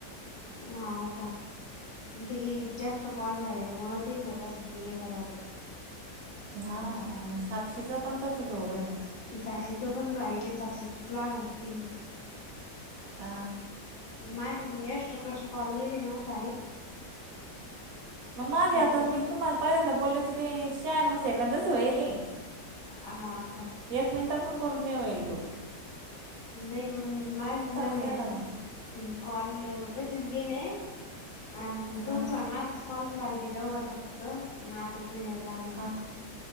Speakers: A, on the left; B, on the right.
A: हा का ते जास्त कॉल झाले मुळं ते होत असेल ती एकावाजत
B: हा आणि साक्षीचा पण तसं होऊ राहिलंय
A: साक्षीचं पण झालं ते साक्षीचच लागणारच नाही
B: आ
A: माझी मग एस कॉल गेली ना सारे
B: मग माझे
A: फक्त
B: आता मी
A: तुम
B: तुम्हाला पहिल्यांदा बोलले तर ते <unintelligible> सेकंदच वायलय.
A: हा का.
B: एक मिनटं पण पूर्ण नई होईल तू.
A: नाही. मग माझ ना म्हणजे
B: गेला मग
A: कॉल तसेच गेले आणि
B: हा
A: तुमचा माझा कॉल झालं, तिथं वज फक्त म आताच हेज्यावर लागला.
B: हा